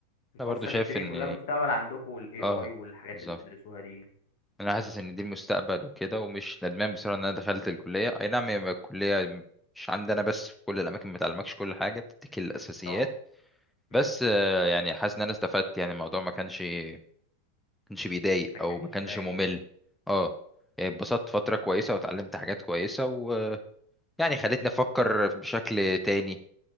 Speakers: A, on the left; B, in the centre.
A: انتوا
B: انا برضه
A: اصلا
B: شايف
A: الدنيا
B: ان
A: كلها المستقبل عندكم والاي
B: اه
A: اي والحاجات
B: بالظبط
A: اللي بتدرسوها دي
B: انا حاسس ان دي المستقبل وكده ومش ندمان بصراحه ان انا دخلت الكليه اي نعم هي الكليه مش عندنا بس في كل الاماكن ما تعلمكش كل حاجه بتديك الاساسيات
A: طبعا
B: بس
A: مم.
B: آه، يعني حاسس ان انا استفدت يعني الموضوع ما كانش ما كانش بيضايق
A: ما
B: او
A: كانش
B: ما كانش
A: سيء
B: ممل اه يعني اتبسطت فتره كويسه واتعلمت حاجات كويسه ويعني خلتني افكر بشكل تاني